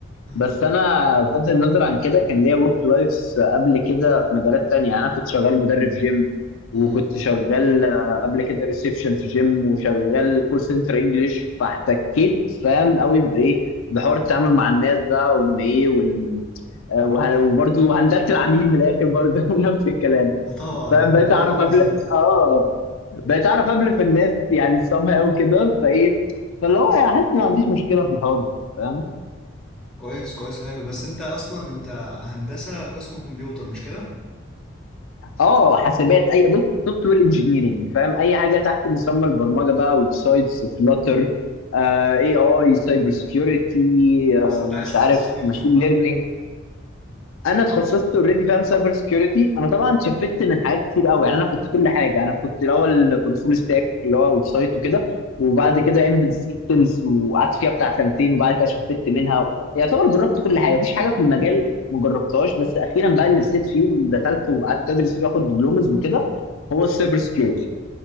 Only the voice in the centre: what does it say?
امم
امم
<laughs>
طبعا
ده مش
عندي
الاساس
كويس كويس حلو بس انت اصلا انت هندسه قسم كمبيوتر مش كده
بس انت عايز
تتخصص
مين
فيهم بقى
مم.